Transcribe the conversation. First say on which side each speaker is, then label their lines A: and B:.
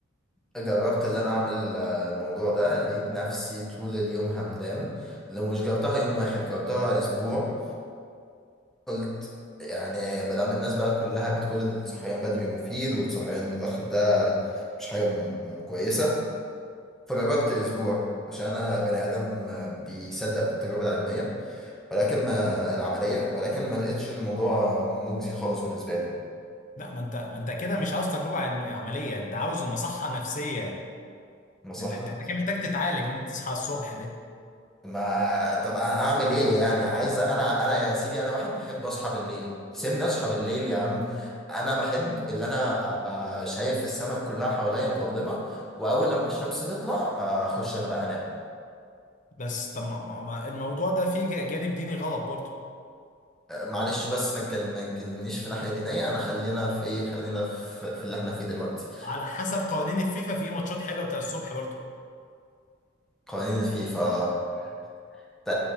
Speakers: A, in the centre; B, on the left.
A: جربت اللي انا اعمل آه، الموضوع ده لقيت نفسي طول اليوم همدان لو مش جربتها يوم واحد جربتها اسبوع قلت يعني ما دام الناس بقى كلها بتقول الصحيان بدري مفيد والصحيان متأخر ده مش حاجة م- م- كويسة فجربت اسبوع عشان انا بني ادم آه، بيصدق في التجربة العلمية ولكن ما العملية ولكن ما لقيتش الموضوع مجزي خالص بالنسبة لي
B: لا ما انت ما انت كده مش عاوز تجربة علم- عملية انت عاوز مصحة نفسية
A: نصيحة
B: انت انت انت كده محتاج تتعالج ان انت تصحى الصبح ده
A: ما طب انا اعمل ايه يعني عايز انا انا يا سيدي انا واحد بحب اصحى بالليل سيبني اصحى بالليل يا عم انا بحب اللي انا ابقى شايف السماء كلها حواليا مظلمه واول لما الشمس تطلع آه، اخش انا بقى انام
B: بس طب ما- ما- ما- الموضوع ده فيه جا- جانب ديني غلط برضه
A: آه، معلش بس ما تجل- ما تجلنيش في ناحيه دينيه انا خلينا في ايه خلينا في, في اللي احنا فيه دلوقتي
B: على حسب قوانين الفيفا في ماتشات حلوة بتاع الصبح برضه
A: قوانين الفيفا آه. انت